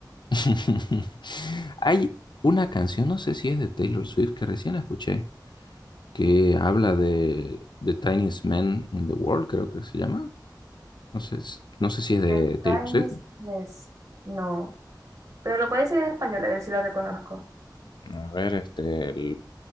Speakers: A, on the left; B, on the right.
A: <laughs> Hay una canción, no sé si es de Taylor Swift, que recién la escuché, que habla de The Tiniest Man in the World, creo que se llama. No sé, s- no sé si es de
B: The
A: Taylor
B: Time
A: Swift.
B: is Mess. No, pero lo puede decir en español, a ver si lo reconozco.
A: A ver, este, el,